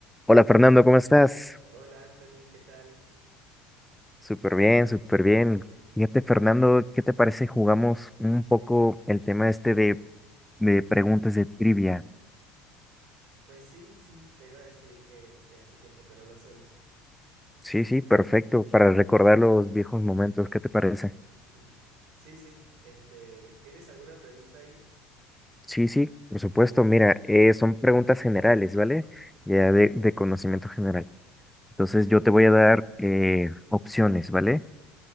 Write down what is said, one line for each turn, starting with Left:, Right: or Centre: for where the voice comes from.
Centre: Hola Fernando, ¿cómo estás?
Right: Hola Anthony, ¿qué tal?
Centre: Súper bien, súper bien. Fíjate Fernando, ¿qué te parece si jugamos un poco el tema este de, de preguntas de trivia?
Right: Pues sí, sí, te iba a decir que, que hace tiempo que no lo hacemos.
Centre: Sí, sí, perfecto, para recordar los viejos momentos, ¿qué te parece?
Right: <laughs> Sí, sí, este, ¿tienes alguna pregunta ahí?
Centre: Sí, sí, por supuesto, mira, eh, son preguntas generales, ¿vale? Ya de, de conocimiento general. Entonces yo te voy a dar eh, opciones, ¿vale?